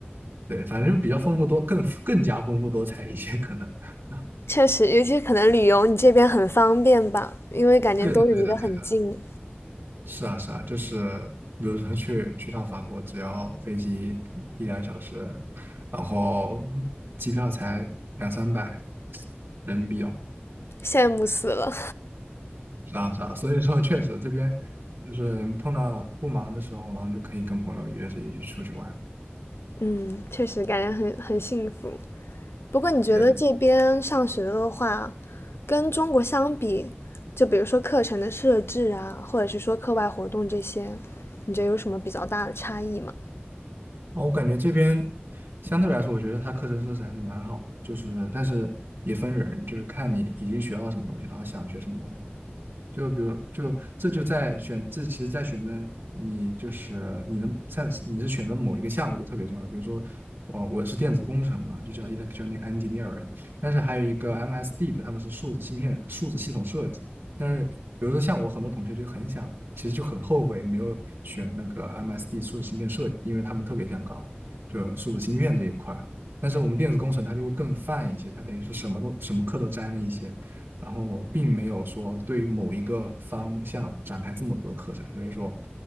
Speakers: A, on the right; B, on the left.
A: 对，反正比较丰富多，更更加丰富多彩一些，可能 <laughs>。
B: 确实，尤其是可能旅游，你这边很方便吧，因为感觉都离得很近，
A: 对的，对的，对的。是啊，是啊，就是比如说去去趟法国，只要飞机一两小时，然后机票才两三百人民币哦，
B: 羡慕死了。
A: 是啊，是啊。所以说，确实这边就是碰到不忙的时候，然后就可以跟朋友约着一起出去玩。
B: 嗯，确实感觉很很幸福。不过你觉得这边上学的话，
A: 对，
B: 跟中国相比，就比如说课程的设置啊，或者是说课外活动这些，你觉得有什么比较大的差异吗？
A: 哦，我感觉这边相对来说，我觉得它课程设置还是蛮好的，就是但是也分人，就是看你已经学到什么东西，然后想学什么东西。就比如，就这就在选，这其实在选择你就是你的在你是选择某一个项目就特别重要。比如说，我我是电子工程嘛，就叫 electronic engineering，但是还有一个 MSD 的，他们是数字芯片、数字系统设计。但是比如说像我很多同学就很想，其实就很后悔没有选那个 MSD 数字芯片设计，因为他们特别想搞就数字芯片这一块但是我们电子工程它就会更泛一些，它等于说什么都什么课都沾了一些。然后并没有说对某一个方向展开这么多的课程，所以说，